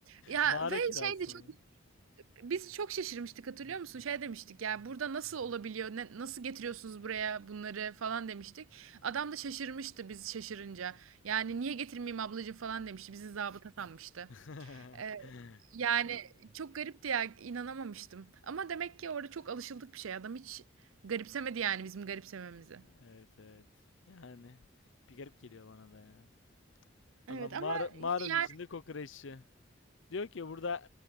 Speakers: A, on the right (about 80°); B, on the left (about 70°).
A: Ya
B: Mağara
A: ve
B: kirası
A: şeydi çok
B: mı?
A: biz çok şaşırmıştık hatırlıyor musun? Şey demiştik ya burada nasıl olabiliyor? Ne, nasıl getiriyorsunuz buraya bunları falan demiştik. Adam da şaşırmıştı biz şaşırınca. Yani niye getirmeyeyim ablacığım falan demişti. Bizi zabıta sanmıştı.
B: <laughs>
A: Ee, yani çok garipti ya inanamamıştım. Ama demek ki orada çok alışıldık bir şey. Adam hiç garipsemedi yani bizim garipsememizi.
B: Evet evet. Yani bir garip geliyor bana da ya.
A: Evet
B: Adam mağara,
A: ama
B: mağaranın
A: yani
B: içinde kokoreççi. Diyor ki burada